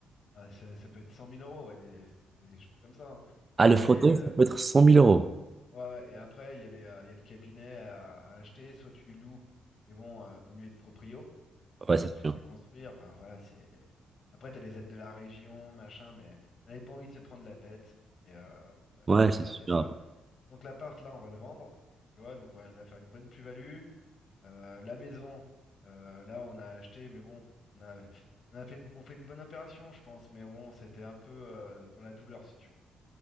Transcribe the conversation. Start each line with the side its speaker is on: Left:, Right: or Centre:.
Left: Ah, ça, ça peut être cent mille euros, ouais, des, des choses comme ça. hein.
Right: Ah,
Left: Puis
Right: le
Left: après,
Right: fauteuil,
Left: il y a le,
Right: ça peut être 100 000 euros.
Left: ouais, ouais, et après, il y a les, euh, il y a le cabinet à, à acheter. Soit tu loues, mais bon, euh, vaut mieux être proprio. Tu
Right: Ouais,
Left: vois,
Right: c'est
Left: donc tu
Right: sûr.
Left: le fais construire. Enfin, voilà, c'est. Après, tu as les aides de la région, machin, mais elle n'avait pas envie de se prendre la tête. Et, euh,
Right: Ouais,
Left: et voilà,
Right: c'est
Left: elle
Right: sûr.
Left: a fait ça. Donc l'appart, là, on va le vendre. Tu vois, donc ouais, elle va faire une bonne plus-value. Euh, la maison, euh, là on a acheté, mais bon, on a, on a fait une, on fait une bonne opération, je pense, mais bon, c'était un peu euh, dans la douleur, si tu veux.